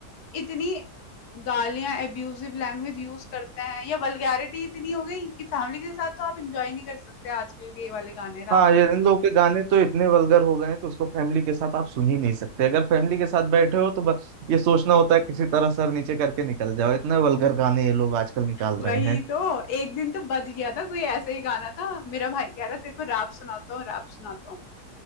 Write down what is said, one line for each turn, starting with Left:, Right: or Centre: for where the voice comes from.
Left: इतनी गालियां एब्यूजिव लैंग्वेज यूज करते हैं या वल्गैरिटी इतनी हो गई कि फैमिली के साथ तो आप इंजॉय नहीं कर सकते आजकल के ये वाले गाने
Right: हाँ ये इन लोगों के गाने तो इतने वल्गर हो गए हैं कि उसको फैमिली के साथ आप सुन ही नहीं सकते अगर फैमिली के साथ बैठे हो तो बस ये सोचना होता है किसी तरह सर नीचे करके निकल जाओ इतने वल्गर गाने ये लोग आजकल निकाल
Left: वही
Right: रहे हैं
Left: तो एक दिन तो बच गया था कोई ऐसा ही गाना था मेरा भाई कह रहा तेरे को रैप सुनाता हूँ रैप सुनाता हूँ